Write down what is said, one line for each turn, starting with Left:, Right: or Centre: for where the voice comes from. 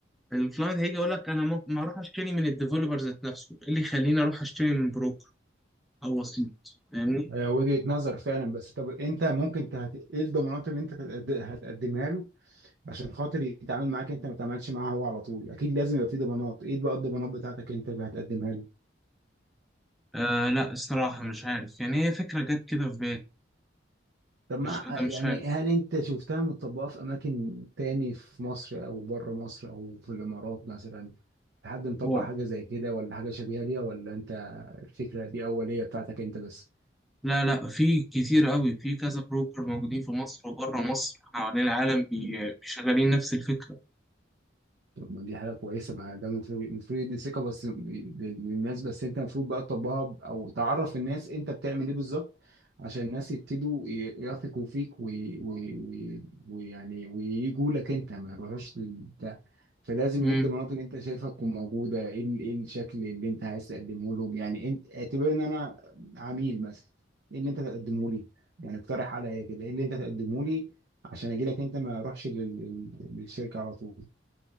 Centre: الكلاينت هيجي يقول لك انا ممكن ما اروح اشتري من الديفلوبر ذات نفسه ايه اللي يخليني اروح اشتري من بروكر او وسيط فاهمني
Right: آه وجهة نظر فعلا بس طب انت ممكن تهت... ايه الضمانات اللي انت تتقد- هتقدمها له عشان خاطر يتعامل معاك انت ما تعملش معاه هو على طول اكيد لازم يبقى في ضمانات ايه بقى الضمانات بتاعتك انت اللي هتقدمها له
Centre: آه لا الصراحه مش عارف يعني هي فكره جت كده في بالي
Right: طب ما
Centre: مش انا
Right: يعني
Centre: مش عارف
Right: هل انت شفتها متطبقة في اماكن تاني في مصر او بره مصر او في الامارات مثلا حد مطبق
Centre: واو
Right: حاجة زي كده ولا حاجة شبيهة ليها ولا انت الفكرة دي اولية بتاعتك انت بس
Centre: لا لا في كتير قوي في كذا بروكر موجودين في مصر وبره مصر حوالين العالم بي- شغالين نفس الفكره
Right: طب ما دي حاجة كويسة ما ده المفروض المفروض دي ثقة بس للناس بس انت المفروض بقى تطبقها ب- او تعرف الناس انت بتعمل ايه بالظبط عشان الناس يبتدوا ي- يثقوا فيك ويعني وي وي وي ويعني ويجوا لك انت ما يروحوش للبتاع فلازم
Centre: مم.
Right: ايه الضمانات اللي انت شايفها تكون موجودة ايه ال- ايه الشكل اللي انت عايز تقدمه لهم يعني انت اعتبر ان انا عميل مثلا ايه اللي انت تقدمه لي يعني اقترح عليا كده ايه اللي انت تقدمه لي عشان اجي لك انت ما اروحش لل- لل- للشركة على طول